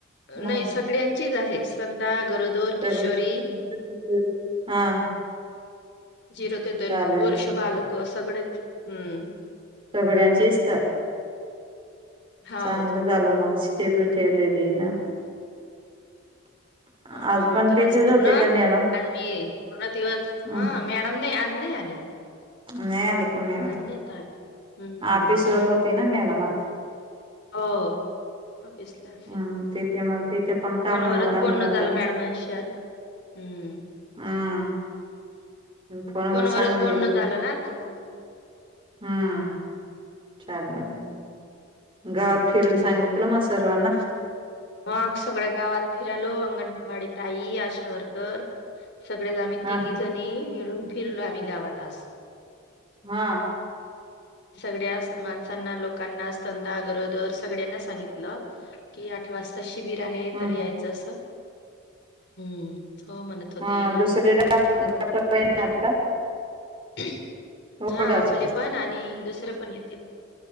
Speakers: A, on the right; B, on the left.
A: <unintelligible>
B: नाही सगळ्यांचीच आहे संदा गरोदर किशोरी
A: हा <inaudible>
B: झिरो ते दोन
A: चालेल
B: वर्ष
A: मग
B: बालक सगळेच हम्म!
A: सगळ्यांचीच का?
B: हाव
A: चांगलं झालं, मग शिबिर ठेवलेली ना. <unintelligible>
B: म्हणून्, तर
A: तिथेच
B: आज पूर्ण,
A: होते का मॅडम
B: आज मी पूर्ण दिवस
A: हम्
B: हा मॅडम नाही आज नाही आले.
A: नाही, आली का मॅडम.
B: आज नाहीत आले. हम्म
A: आपीसर
B: नाही
A: होती. ना मॅडम आज.
B: हो. ऑफिसला असेल
A: हम तेथ मग. ते पण काम
B: फोनवरच
A: राहून
B: बोलणं
A: जात
B: झालं
A: ना
B: मॅडमांशी आज हम्म
A: हम्म! फोन
B: फोनवरच
A: वर सांगून
B: बोलणं
A: दिलं
B: झालं
A: मग
B: ना आज
A: हम्म! चांगलय गावात फिरून सांगितलं मग सर्वांना.
B: मग सगळ्या गावात फिरालो अंगणवाडी ताई, आशा वर्कर. सगळेच आम्ही
A: हा
B: तिघी जणी मिळून फिरलो आम्ही गावात आज.
A: हा
B: सगळ्याच माणसांना, लोकांना, स्तनदा, गरोदर सगळ्यांना सांगितलं की आठ वाजता शिबिर आहे
A: हम्
B: तर यायचं असं. हम्म... हो म्हणत होते
A: हा
B: येणार
A: दुसरे-
B: ना.
A: ड- डॉक्टर येणार का?
B: <inaudible>
A: ओळगावचे
B: हा आपले पण आणि दुसरे प पण येते